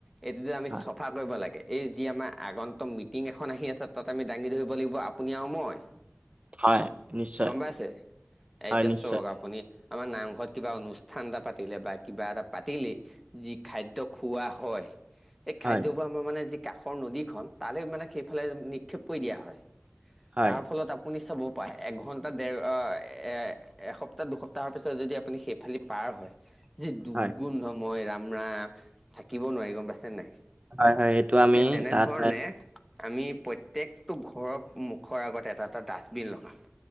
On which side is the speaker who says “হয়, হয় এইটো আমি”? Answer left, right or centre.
Right